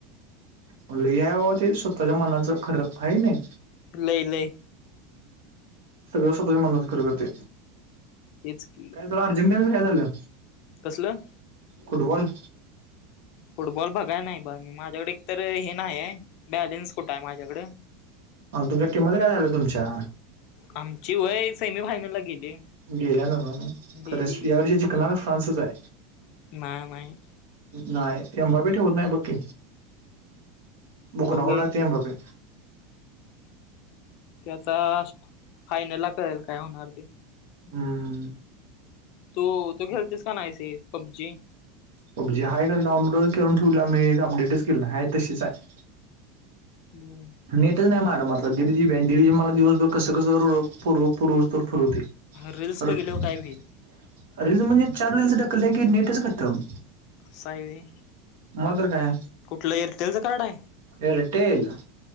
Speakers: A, on the right; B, on the left.
A: म्हण लय हाय बाबा ते स्वतःच्या मनाचं खरं हाय की नाही.
B: नाही नाही.
A: सगळं स्वतःच्या मनानाच कर ते
B: तेच की
A: काय झालं अर्जेंटानच काय झालं.
B: कसलं?
A: फुटबॉल.
B: फुटबॉल बघाय नाही बघ मी माझ्याकडे एक तर हे नाही आहे बॅलेन्स कुठं आहे माझ्याकडं.
A: तुमच्या टीमध्ये काय झालं तुमच्या.
B: आमची वय सेमीफायनल ला गेली.
A: गेल्या ना ह
B: डेली
A: खरंच या वर्षी जिकनार फ्रान्सच हाय.
B: नाय माहित.
A: नाही एमबाबी ठेवत नाही बक्की बुकनावर
B: बघूया
A: लागते एमबापे.
B: ते आता फायनल ला केल काय होणार तेी.
A: हम्म हम्म.
B: तू तू खेळतेस का नासे पबजी.
A: जजी हय का डाउनलोड करून ठेवला मी अपडेटच केलं आहेय तशीच आहे.
B: नोन.
A: नेटच नाय मायाकड मर्दा दिड जीबी हाय दिड जीबी मला दिवसभर कसं कसं पुरव पुरव पुरवतोय.
B: रील्स बघितल्यावर
A: रीलल्
B: काय होईल
A: म्हणजे चार रीलल्स ढाकललं की नेटच खतम.
B: अस हाय व्हय
A: मग तर काय
B: कुठलं एअरटेलचं कार्ड हाय.
A: एअरटेल.